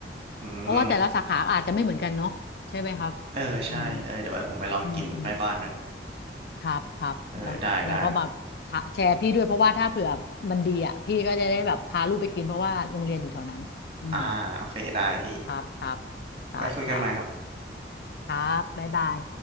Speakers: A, on the right (about 30°); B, on the left (about 60°).
A: อืม
B: เพราะว่าแต่ละสาขาอาจจะไม่เหมือนกันเนาะใช่ไหมครับ
A: เออใช่เออเดี๋ยวไว้ผมไปลองกินอยู่ใกล้บ้านด้วย
B: อืมอืมอืม ครับครับแล้วเราก็มา
A: เออได้ได้
B: แชร์พี่ด้วยเพราะว่าถ้าเผื่อมันดีอ่ะพี่ก็จะได้แบบพาลูกไปกินเพราะว่าโรงเรียนอยู่แถวนั้นอืม
A: อ่าโอเคได้พี่
B: ครับครับครับครับ
A: ไว้คุยกันใหม่ครับ
B: ครับบ๊ายบาย